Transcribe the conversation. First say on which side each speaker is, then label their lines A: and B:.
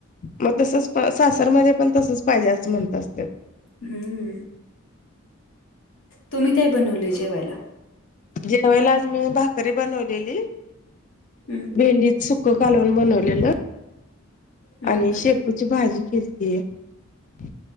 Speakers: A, on the left (about 35°); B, on the left (about 75°).
A: मग तसच प सासरमध्ये पण तसच पाहिजे असं म्हणतात.
B: हम्म तुम्ही काय बनवले जेवायला.
A: जेवयला आज मी भाकरी बनवलेली.
B: हम्म.
A: भेंडीत सुकं कालवन बनवलेलं.
B: हम्म.
A: आणि शेपूची भाजी केलती. <inaudible>